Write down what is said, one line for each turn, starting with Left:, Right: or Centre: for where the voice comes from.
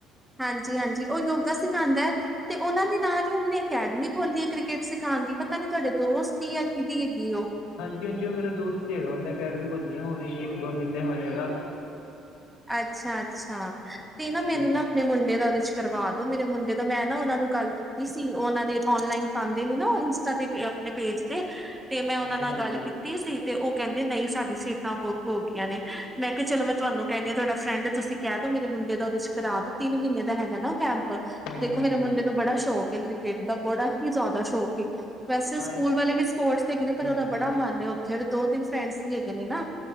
Centre: ਹਾਂਜੀ- ਹਾਂਜੀ ਉਹ ਯੋਗਾ ਸਿਖਾਦਾ ਐਂ। ਤੇ ਉਹਨਾਂ ਦੇ ਨਾਲ ਹੀ ਉਹਨਾਂ ਨੇ ਅਕੈਡਮੀ ਖੋਲੀ ਹੈ ਕ੍ਰਿਕਟ ਸਿਖਾਣ ਦੀ, ਪਤਾ ਨੀ ਤੁਹਾਡੇ ਦੋਸਤ ਦੀ ਯਾ ਕਿਹਦੀ ਹੈਗੀ ਏਂ।
Left: ਹਾਂਜੀ -ਹਾਂਜੀ ਉਹ ਮੇਰਾ ਦੋਸਤ ਹੀ ਹੈਗਾ, ਉਹਨੇ ਅਕੈਡਮੀ ਖੋਲੀ ਐ, ਹੁਣ ਹੀ ਇੱਕ ਦੋ ਮਹੀਨੇ ਹੋਏ ਹੈਗਾ।
Centre: ਅੱਛਾ- ਅੱਛਾ
Left: ਹਾਂਜੀ-ਹਾਂਜੀ,
Centre: ਤੇ ਨਾ ਮੈਂਨੂੰ ਨਾ। ਮੇਰੇ ਮੁੰਡੇ ਦਾ ਉਹਦੇ ਚ ਕਰਵਾ ਦੋ, ਮੇਰੇ ਮੁੰਡੇ ਦਾ ਮੈਂ ਨਾ ਉਹਨਾਂ ਨੂੰ ਕਾਲ ਕੀਤੀ -ਤੀ ਸੀ ਉਹਨਾਂ ਦੇ ਔਨਲਾਈਨ ਪਾਂਦੇ ਨੇ ਨਾ ਉਹ ਇੰਸਟਾ ਤੇ ਆਪਣੇਂ ਪੇਜ ਤੇ। ਤੇ ਮੈਂ
Left: ਹਾਂਜੀ-ਹਾਂਜੀ,
Centre: ਉਹਨਾਂ ਨਾਲ਼ ਗੱਲ ਕੀਤ -ਤੀ ਸੀ ਤੇ ਉਹ ਕਹਿੰਦੇ, ਨਹੀਂ ਸਾਡੀ ਸੀਟਾਂ ਬੁੱਕ ਹੋ ਗਈਆਂ ਨੇਂ, ਮੈਂ ਕਿਹਾਂ ਚਲੋ ਮੈਂ ਤੁਹਾਂਨੂੰ ਕਹਿੰਨੀ ਆ ਤੁਹਾਡਾ ਫਰੈਡ ਐਂ, ਤੁਸੀ ਕਹਿ ਦੋ ਮੇਰੇ ਮੁੰਡੇ ਦਾ ਉਹਦੇ ਚ ਕਰਾ ਦੋ ਤਿੰਨ ਮਹੀਨੇ ਦਾ ਹੈਗਾ ਨਾ ਉਹ ਕੈਂਪ
Left: ਹਾਂਜੀ-ਹਾਂਜੀ
Centre: ਦੇਖੋ ਮੇਰੇ ਮੁੰਡੇ ਨੂੰ ਬੜਾਂ ਸ਼ੌਕ ਏ ਕ੍ਰਿਕਟ ਦਾ, ਬੜਾ ਹੀ ਜ਼ਿਆਦਾ ਸ਼ੌਕ ਏਂ। ਵੈਸੇ ਸਕੂਲ
Left: ਆਰ
Centre: ਵਾਲੇ ਵੀ ਸਪੋਰਟਸ ਹੈਗੇ
Left: ਹਾਂਜੀ-ਹਾਂਜੀ,
Centre: ਨੇ ਪਰ ਉਹਦਾ ਬੜਾਂ ਮਨ ਏਂ ਉੱਥੇ, ਦੋ ਤਿੰਨ ਫਰੈਂਡਸ ਵੀ ਹੈਗੇ ਨੇ ਨਾ